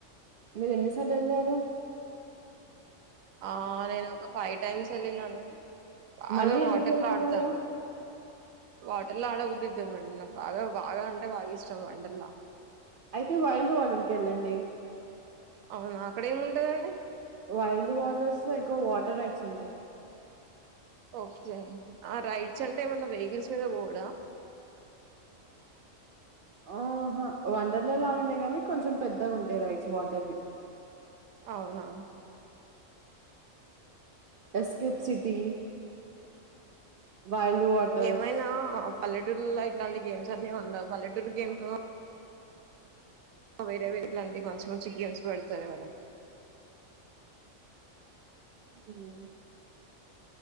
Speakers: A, on the right (about 60°); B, on the right (about 90°).
A: మీరు ఎన్నిసార్లు వెళ్ళారు
B: ఆ నేను ఒక ఫైట్ టైమ్స్ అన్ని నాకు బాగా
A: మళ్ళీ
B: వాటర్లా
A: ఎందుకెళ్తున్నారు?
B: ఆడుతాను వాటర్లా ఆడ బుద్ధి ఆంటే మేడం నాకు బాగా బాగా అంటే బాగా ఇష్టం వంటర్లా
A: అయితే వైల్డ్ వాటర్కి వెళ్ళండి
B: అవునా అక్కడ ఏమింటదండి
A: వైల్డ్ వాటర్స్ లో ఎక్కువ వాటర్ రైట్స్ ఉంటాయి
B: ఓకే ఆ రైడ్స్ అంటే ఏమన్నా వెహికల్స్ మీద పోవుడ
A: ఆహా వండర్ల లాగానే గానీ కొంచెం పెద్దగా ఉంటాయి రేడ్స్ వాటర్వి
B: అవునా
A: ఎస్స్కెప్ సిటీ వైల్డ్ వాటర్స్.
B: ఏమైనా పల్లెటూరులో ఇట్లాంటి గేమ్స్ అనేవి ఉండవు పల్లెటూరు గేమ్స్ వేరే వేరేలాంటి మంచి మంచి గేమ్స్ పెడతారు మేడం
A: హ్మ్మ్